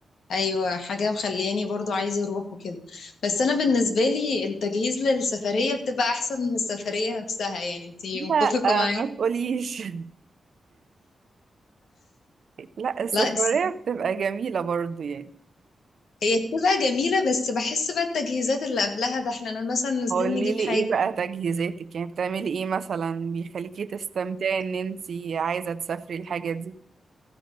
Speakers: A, on the left; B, on the right.
A: ايوه حاجه مخلياني برضو عايزه اروح وكده بس انا بالنسبه لي التجهيز للسفريه بتبقى احسن من السفريه نفسها يعني انتي
B: لا
A: متفقه
B: آه،
A: معايا
B: ما تقوليش <laughs> لا السفرية
A: لا الس-
B: بتبقى جميلة برضو يعني
A: هي بتبقى جميله بس بحس بقى التجهيزات اللي قبلها ده احنا أنا مثلا نازلين
B: قولي
A: نجيب
B: لي
A: حاجه
B: ايه بقى تجهيزاتك يعني بتعملي ايه مثلا بيخليكي تستمتعي ان انتي عايزة تسافري الحاجة دي